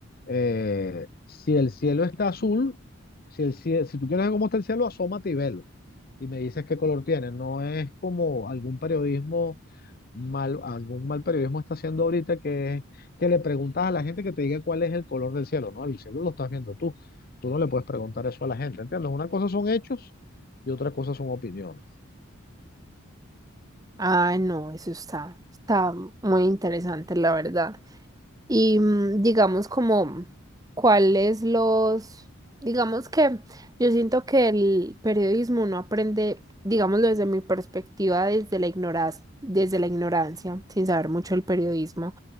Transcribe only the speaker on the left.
eh, si el cielo está azul, si, el, cie- si tú quieres ver cómo está el cielo, asómate y velo. Y me dices qué color tiene. No es como algún periodismo mal, algún mal periodismo está haciendo ahorita, que es que le preguntas a la gente que te diga cuál es el color del cielo, ¿no? El cielo lo estás viendo tú. Tú no le puedes preguntar eso a la gente, ¿entiendes? Una cosa son hechos y otra cosa son opiniones.